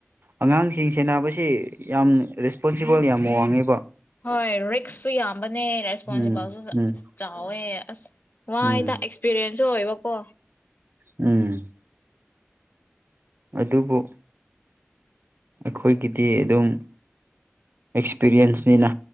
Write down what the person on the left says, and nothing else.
ꯍꯣꯏ ꯔꯔꯤꯁ ꯁꯨ ꯌꯥꯝꯕꯅꯦ ꯔꯦꯁꯄꯣꯟꯁꯤꯕꯜꯁꯨ
ꯆꯥꯎꯋꯦ ꯑꯁ ꯋꯥꯏꯗ
ꯑꯦꯛꯁꯄꯤꯔꯤꯌꯦꯟꯁꯁꯨ ꯑꯣꯏꯕꯀꯣ